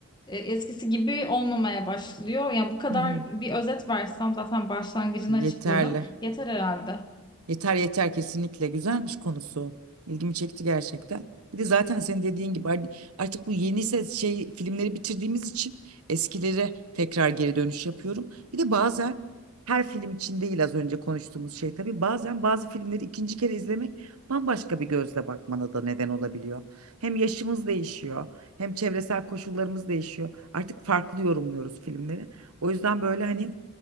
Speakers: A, on the left; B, on the right.
A: e, eskisi gibi olmamaya başlıyor. Yani bu kadar
B: hı hı.
A: bir özet versem zaten başlangıcını açıkladım.
B: Yeterli.
A: Yeter herhalde.
B: Yeter yeter kesinlikle güzelmiş konusu. İlgimi çekti gerçekten. Bir de zaten senin dediğin gibi hani artık bu yeni ses şey filmleri bitirdiğimiz için eskilere tekrar geri dönüş yapıyorum. Bir de bazen her film için değil az önce konuştuğumuz şey tabii bazen bazı filmleri ikinci kere izlemek bambaşka bir gözle bakmana da neden olabiliyor. Hem yaşımız değişiyor, hem çevresel koşullarımız değişiyor. Artık farklı yorumluyoruz filmleri. O yüzden böyle hani